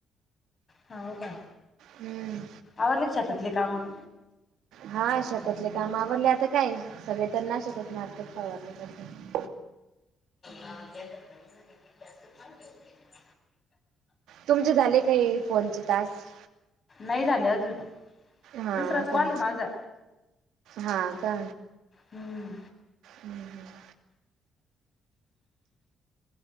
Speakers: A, on the left (about 35°); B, on the right (about 85°).
A: हा हो का.
B: हम्म.
A: आवरलीत शेतातली कामं.
B: हा शेतातली काम आवरली आता काय सगळे तननाशकच मारतात फवारणी करतात.
A: हा गेल्यात तुमी सगळ्या. तर माझं
B: तुमचे झाले का हे फोन चे टास्क?
A: नई झाले अजून.
B: हा
A: दुसराच कॉल
B: का.
A: आहे माझा
B: हा का
A: हम्म
B: हं हं.